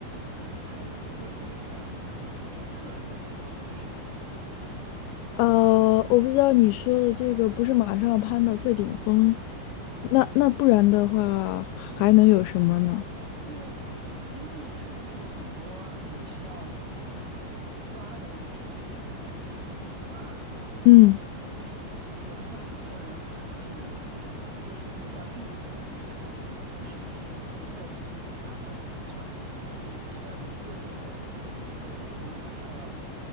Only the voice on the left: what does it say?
呃，我不知道你说的这个不是马上攀到最顶峰，那那不然的话还能有什么呢？
嗯。